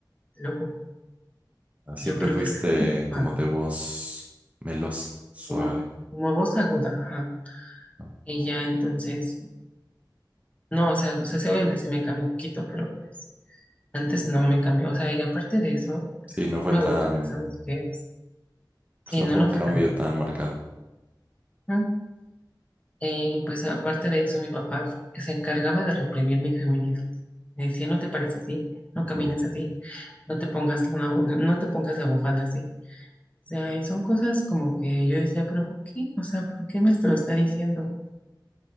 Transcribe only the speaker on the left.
te lo juro.
Yo, pero
¿por qué se preocupan?
Como, como voz aguda, ajá.
Y ya entonces, no, o sea, o sea, sí, obviamente se me cambió un poquito, pero pues antes no me cambió. O sea, y aparte de eso,
lo
que no
me
gustaba, ¿sabes qué? Sí,
no,
no
fue tanto.
¿no? Y pues aparte de eso, mi papá f- se encargaba de reprimir mi feminidad. Me decía, no te pares así, no camines
así, no te pongas una, bu- no te pongas la bufanda así. O sea, y son cosas como que yo decía, pero ¿por qué? O sea, ¿por qué me lo está diciendo?